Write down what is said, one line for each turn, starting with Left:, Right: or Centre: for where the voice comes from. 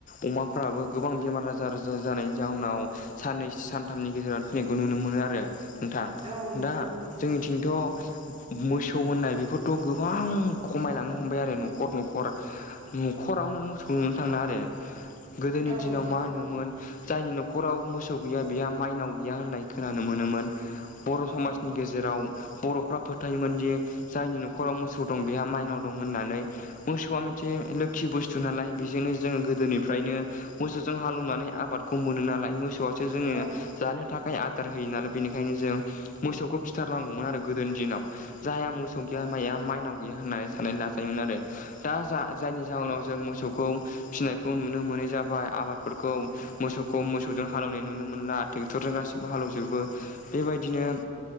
Left: अमाफ्राबो गोबां बेमार आजार आजार जानायनि जाहोनाव साननैसो सानथामनि गेजेराव थैनायखौ नुनो मोनो आरो नोंथां
Right: औ नंगौ
Left: दा
Right: नंगौ
Left: जोंनिथिंथ'। मोसौ होननाय बेफोरथ' गोबां खमायलांनो हमबाय आरो न'खर न'खर। न'खरावनो मोसौखौनो नुनो थांला आरो। गोदोनि
Right: औ
Left: दिनाव
Right: नंगौ
Left: मा होनोमोन जायनि न'राव मोसौ गैया माइनाव गैया होननाय खोनानो मोनोमोन बर'
Right: औ
Left: समनि गेजेराव जेराव बर'फ्रा फोथायोमोनदि जायनि न'खराव मोसौ दं बेहा माइनाव दं होननानै। मोसौआ मोनसे लोखि बुस्थु नालाय बेजोंनो जोंङो गोदोनिफ्रायनो मोसौजों हालौवनानै आबादखौ मोनो नालाय मोसौआसो जोङो
Right: औ
Left: जानो थाखाय। आदार होयो नालाय बेनिखायनो जों मोसौखौ फिथारनांगौमोन आरो गोदोनि दिनाव। जायहा मोसौ गैया माइया माइनाव गैया होननानै साननानै लाजायोमोन आरो। दा जा जायनि जाहोनाव जों मोसौखौ फिसिनाय खौ नुनो मोनै जाबाय आबादफोरखौ मोसौ मोसौ हालेवनाय नुनो मोनला ट्रेक्टरजों गासिबो हालेवजोबो बेबायदिनो।